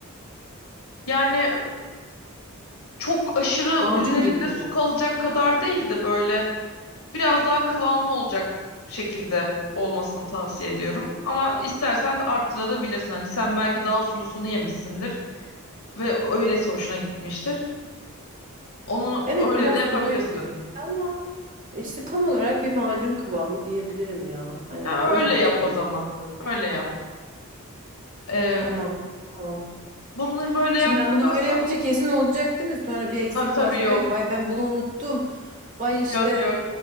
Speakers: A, on the left (about 85°); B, on the right (about 35°).
A: Yani çok aşırı
B: Macun
A: üzerinde
B: gibi mi?
A: su kalacak kadar değil de böyle biraz daha kıvamlı olacak şekilde olmasını tavsiye ediyorum. Ama istersen de arttırabilirsin. Hani sen belki daha sulusunu yemişsindir ve öylesi hoşuna gitmiştir. Onu
B: Evet
A: öyle
B: biraz
A: de yapabilirsin.
B: suluydu bizimki ama işte tam olarak bir macun kıvamı diyebilirim ya. Hani
A: Ya
B: öyle
A: öyle
B: hatırlıyorum.
A: yap o zaman.
B: daha doğrusu.
A: Öyle yap. Eee,
B: Tamam. Tamam.
A: bunu böyle
B: Şimdi
A: yaptıktan
B: ben bunu böyle
A: sonra
B: yapınca kesin olacak değil mi? Sonra bir eksik
A: tabii tabii
B: malzeme.
A: yok.
B: Vay ben bunu unuttum. Vay işte
A: Yok yok.